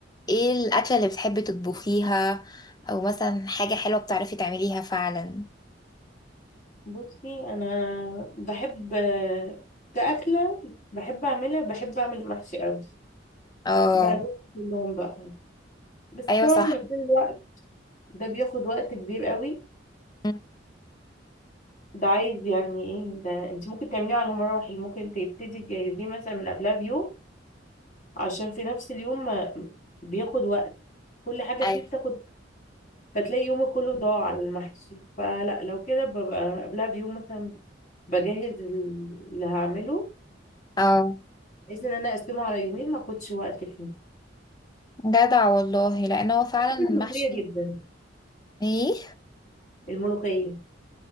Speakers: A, on the left; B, on the left.
A: ايه الأكلة اللي بتحبي تطبخيها او مثلا حاجة حلوة بتعرفي تعمليها فعلا
B: بصي انا بحب كأكلة بحب اعملها بحب اعمل محشي قوي
A: اه
B: بقى كلهم بقى بس طبعا
A: ايوه صح
B: كل الوقت ده بياخد وقت كبير قوي
A: أمم،
B: ده عايز يعني ايه ده انت ممكن تعمليه على مراحل ممكن تبتدي تجهزيه مثلا من قبلها بيوم عشان في نفس اليوم ما- بياخد وقت كل حاجة
A: أيوة.
B: فيه بتاخد فتلاقي يومك كله ضاع على المحشي فلا لو كده ببقى قبلها بيوم مثلا بجهز اللي هعمله
A: اه
B: بحيث ان انا اقسمه على يومين ما اخدش وقت فيه
A: جدع والله لان هو فعلا
B: بحب الملوخية
A: المحشي
B: جدا
A: ايه
B: الملوخية